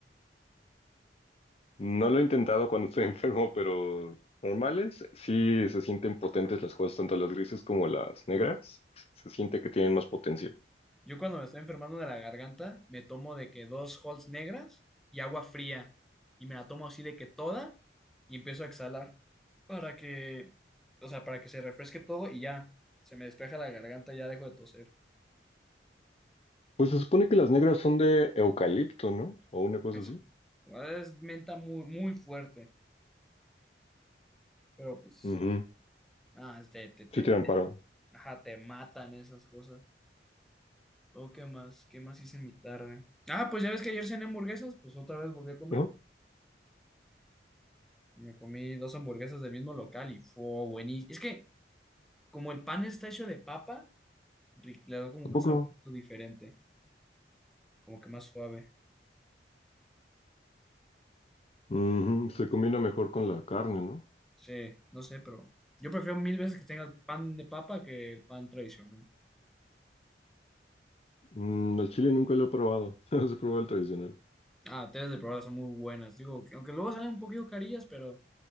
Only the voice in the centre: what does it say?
Yo cuando me estoy enfermando de la garganta, me tomo de que dos Halls negras y agua fría. Y me la tomo así de que toda y empiezo a exhalar para que, o sea, para que se refresque todo y ya, se me despeja la garganta, ya dejo de toser.
Qué Es,
bueno. es menta muy, muy fuerte, pero pues,
ah, te, te, te,
ajá, te matan esas cosas. Oh, ¿qué más? ¿Qué más hice en mi tarde? Ah, pues ya ves que ayer cené hamburguesas, pues otra vez volví a comer.
Me comí dos hamburguesas del mismo local y fue buenísimo. Es que Como el pan está hecho de papa, ri- le da como
un saborcito diferente, como que más suave.
Sí, no sé, pero yo prefiero mil veces que tenga pan de papa que el pan tradicional.
Ah, tres de probada son muy buenas. Digo, que- aunque luego salen un poquito carillas, pero